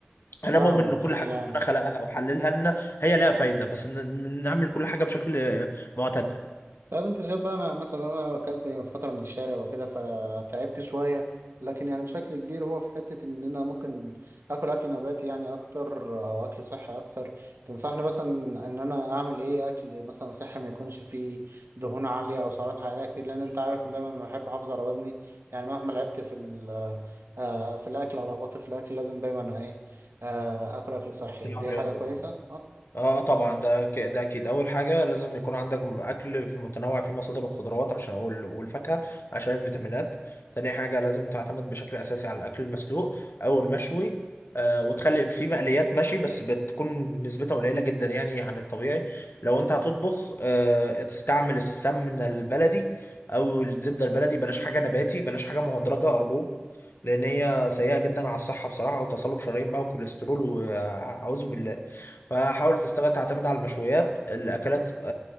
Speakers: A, on the left; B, on the right.
A: انا
B: فاهمك
A: مؤمن ان
B: بشكل
A: كل حاجه
B: عام
A: ربنا خلقها وحللها لنا هي لها فايده بس إن- إن نعمل كل حاجه بشكل معتدل
B: طيب انت شايف بقى انا مثلا انا اكلت فتره من الشارع وكده فتعبت شويه لكن يعني بشكل كبير هو في حته ان انا ممكن اكل اكل نباتي يعني اكتر او اكل صحي اكتر تنصحني مثلا ان انا اعمل ايه اكل مثلا صحي ما يكونش فيه دهون عاليه او سعرات حراريه كتير لان انت عارف ان دايما بحب احافظ على وزني يعني مهما لعبت في ال- آه، آه، في الاكل او رغبت في الاكل لازم دايما ايه آه، اكل اكل صحي
A: تلعب
B: دي
A: رياضه
B: حاجه كويسه
A: اه آه، طبعا ده ك- ده اكيد اول حاجه لازم يكون عندك اكل في متنوع فيه مصادر الخضروات عشان وال- والفاكهه عشان الفيتامينات تاني حاجه لازم تعتمد بشكل اساسي على الاكل المسلوق او المشوي آه وتخلي فيه مقليات ماشي بس بتكون نسبتها قليله جدا يعني عن الطبيعي لو انت هتطبخ آه تستعمل السمنه البلدي او الزبده البلدي بلاش حاجه نباتي بلاش حاجه مهدرجه
B: اه
A: ارجوك لان هي سيئه جدا على الصحه بصراحه وتصلب شرايين بقى وكوليسترول وأعوذ بالله فحاول تستغل تعتمد على المشويات الاكلات آه،